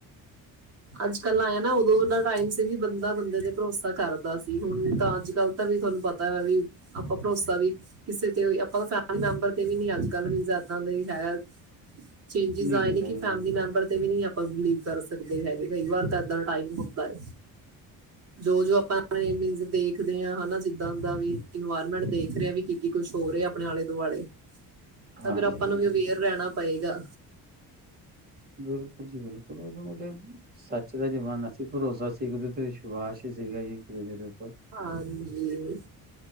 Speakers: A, on the right (about 40°); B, on the right (about 25°).
A: ਅੱਜ- ਕੱਲ੍ਹ ਆਏਂ ਨਾ, ਉਦੋਂ ਦਾ ਟਾਈਮ ਸੀ ਬੰਦਾ ਬੰਦੇ ਤੇ ਭਰੋਸਾ ਕਰਦਾ ਸੀ, ਹੁਣ ਤਾਂ ਅੱਜ- ਕੱਲ੍ਹ ਤਾਂ ਵੀ ਤੁਹਾਨੂੰ ਪਤਾ ਵਾ ਬਈ ਆਪਾਂ ਭਰੋਸਾ ਵੀ ਕਿਸੇ ਤੇ ਆਪਾਂ ਫੈਮਿਲੀ ਮੈਂਬਰ ਤੇ ਵੀ ਨਹੀਂ ਅੱਜ -ਕੱਲ੍ਹ ਮਤਲਬ ਇੱਦਾਂ ਦਾ ਹੀ ਹੈ ਚੇਂਜਿਸ
B: ਨਹੀਂ
A: ਆਏ
B: ਕੀਤਾ
A: ਨੇ ਕਿ
B: ਜੀ
A: ਫੈਮਿਲੀ ਮੈਂਬਰ ਦੇ ਵੀ ਨਹੀਂ ਆਪਾਂ ਆਪਾਂ ਬਲੀਵ ਕਰ ਸਕਦੇ ਤੇ ਹੈਗੇ ਕਈ ਵਾਰ ਤਾਂ ਏਦਾਂ ਦਾ ਟਾਈਮ ਹੁੰਦਾ ਏ ਜੋ ਜੋ ਆਪਾਂ ਆਪਣੇ ਮੀਨਜ਼ ਦੇਖਦੇ ਹਾਂ ਹੁਣ ਜਿੱਦਾਂ ਦਾ ਵੀ ਇਨਵਾਇਰਮੈਂਟ ਦੇਖ ਰਹੇ ਹਾਂ ਵੀ ਕੀ -ਕੀ ਕੁਛ ਹੋ ਰਿਹਾ ਆਪਣੇ ਆਲੇ-ਦੁਆਲੇ
B: ਹਾਂਜੀ
A: ਤਾਂ ਫਿਰ ਆਪਾਂ
B: ਹਾਂਜੀ
A: ਨੂੰ ਵੀ ਅਵੇਅਰ ਰਹਿਣਾ ਪਏਗਾ।
B: ਬਿਲਕੁਲ ਜੀ ਬਿਲਕੁਲ ਉਦੋਂ ਮਤਲਬ ਸੱਚ ਦਾ ਜ਼ਮਾਨਾ ਸੀ, ਭਰੋਸਾ ਸੀ ਇੱਕ ਦੂਜੇ ਤੇ ਵਿਸ਼ਵਾਸ ਸੀਗਾ ਜੀ ਇੱਕ ਦੂਜੇ ਤੇ
A: ਹਾਂਜੀ